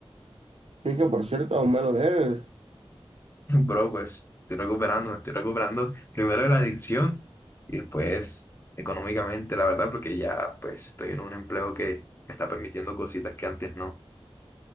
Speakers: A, on the right; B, on the left.
A: Sí que por cierto, aún me lo debes.
B: <laughs> Bro, pues estoy recuperando, me estoy recuperando primero de la adicción y después económicamente, la verdad, porque ya pues estoy en un empleo que me está permitiendo cositas que antes no.